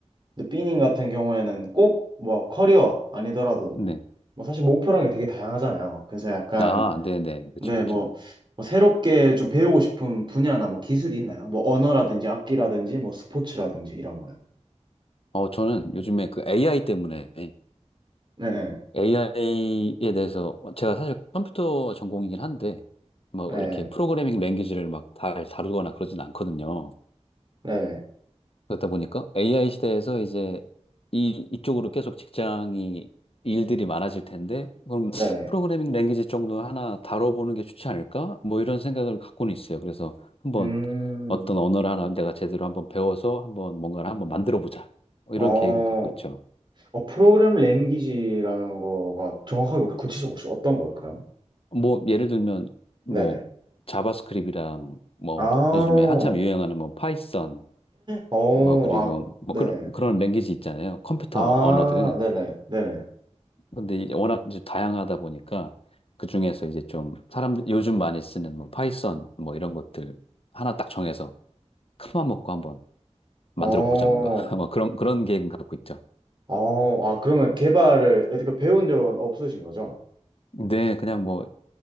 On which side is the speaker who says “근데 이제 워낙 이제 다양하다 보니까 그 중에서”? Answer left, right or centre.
Left